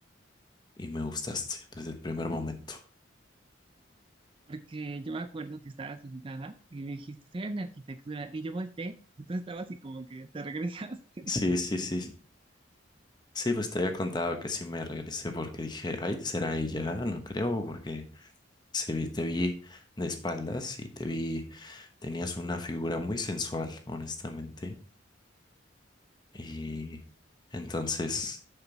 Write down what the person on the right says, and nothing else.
Porque yo me acuerdo que estaba sentada y me dijiste, estoy en arquitectura, y yo volteé, y tú estabas así como que te regresaste.